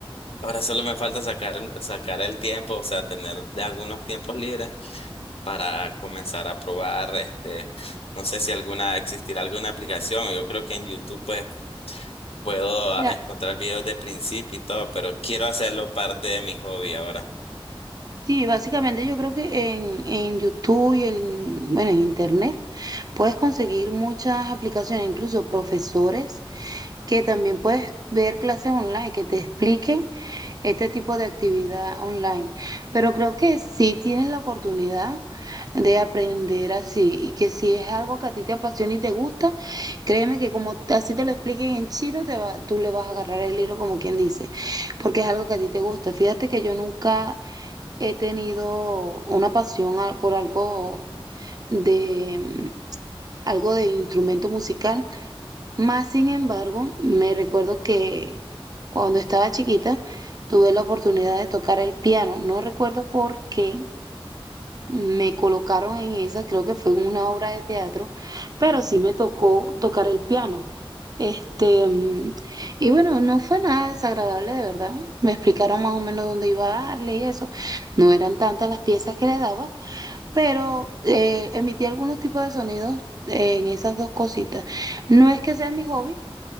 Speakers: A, on the left; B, on the right.
A: Ahora solo me falta sacar, sacar el tiempo, o sea, tener de algunos tiempos libres para comenzar a probar, este, no sé si alguna, existirá alguna aplicación. Yo creo que en YouTube pues puedo
B: Mira,
A: ah, encontrar videos de principio y todo, pero quiero hacerlo parte de mi hobby ahora.
B: sí, básicamente yo creo que en, en YouTube y en, bueno, en Internet puedes conseguir muchas aplicaciones, incluso profesores, que también puedes ver clases online que te expliquen. este tipo de actividad online. Pero creo que sí tienes la oportunidad de aprender así y que si es algo que a ti te apasiona y te gusta, créeme que como así te lo expliquen en chino, te va- tú le vas a agarrar el hilo como quien dice, porque es algo que a ti te gusta. Fíjate que yo nunca he tenido una pasión a- por algo de... mm, algo de instrumento musical, más sin embargo, me recuerdo que cuando estaba chiquita tuve la oportunidad de tocar el piano. No recuerdo por qué me colocaron en esa, creo que fue en una obra de teatro, pero sí me tocó tocar el piano. Este, mm, y bueno, no fue nada desagradable de verdad. Me explicaron más o menos dónde iba a darle y eso. No eran tantas las piezas que le daba, pero eh, emití algunos tipos de sonidos eh, en esas dos cositas. No es que sea mi hobby